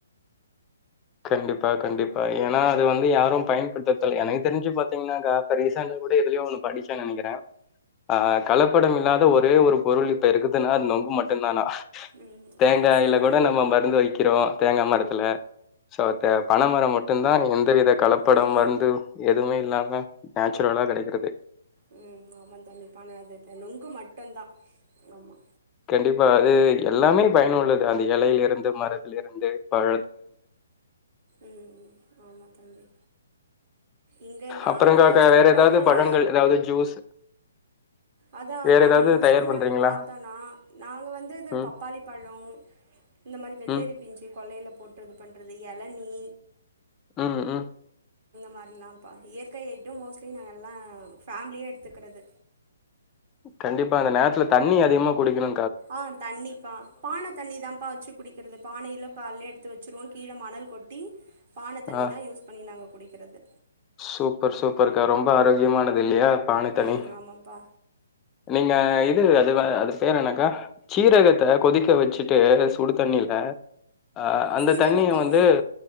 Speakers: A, on the left (about 20°); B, on the right (about 45°).
A: கண்டிப்பா கண்டிப்பா ஏன்னா அது வந்து யாரும் பயன்படுத்ததல்லை எனக்கு தெரிஞ்சு பார்த்தீங்கன்னா கா இப்ப ரீசண்டா கூட எதுலயோ ஒண்ணு படிச்சன் நினைக்கிறே ஆ கலப்படம் இல்லாத ஒரே ஒரு பொருள் இப்ப இருக்குதுன்னா அது நொங்கு மட்டுதானா
B: ம்
A: தேங்காயில
B: ஆமா சார்
A: கூட நம்ம மருந்து வைக்கிறோ தேங்காய் மரத்துல சோ பனை மரம் மட்டும்தான் எந்த வித கலப்படம்
B: ஆமா
A: மருந்து எதுவுமே இல்லாமே நேச்சுரலா கிடைக்கிறது
B: ம் ஆமா தம்பி பான நொங்கு மட்டும்தான் ஆமா
A: கண்டிப்பா அது எல்லாமே பயனுள்ளது அந்த எலையில இருந்து மரத்தில இருந்து பழ
B: ம் ஆமா தம்பி இங்க நாங்க
A: அப்புறங்க
B: மோஸ்ட்லி
A: வேற ஏதாவது
B: பாத்தோன்னா
A: பழங்கள் ஏதாவது ஜூஸ்
B: அதான்
A: வேற
B: நாங்க
A: ஏதாவது
B: மோஸ்லி
A: தயார் பண்றீங்களா
B: நாங்க பார்த்தோனா நாங்க வந்து இது
A: ம்
B: பப்பாளி பழம் இந்த மாதிரி வெள்ளேரி
A: ம்
B: பிஞ்சு கொள்ளையில போட்டுறது பண்றது எளநி
A: ம் ம்
B: மாரிலாம்ப்பா இயற்கை ஐட்டம் மோஸ்ட்லி நாங்க எல்லா பேமிலியா எடுத்துக்கிறது
A: கண்டிப்பா இந்த நேரத்துல தண்ணி அதிகமா குடிக்கணு
B: ஆ தண்ணிப்பா பானை தண்ணி தான்ப்பா வச்சு குடிக்கிறது பானையில காலே எடுத்து த்து வச்சருவோ கீழே மணல் கொட்டி பானை தண்ணி
A: ஆ
B: தான் யூஸ் பண்ணி நாங்க குடிக்கிறது
A: சூப்பர் சூப்பருக்கா ரொம்ப ஆரோக்கியமானது இல்லையா பாண தண்ணி
B: ம் ஆமாப்பா
A: நீங்க இது அது அது பேரு என்னக்கா சீரகத்தை கொதிக்க வச்சுட்டு சுடு தண்ணி அ அந்த
B: சீரக
A: தண்ணிய
B: தண்ணி
A: வந்து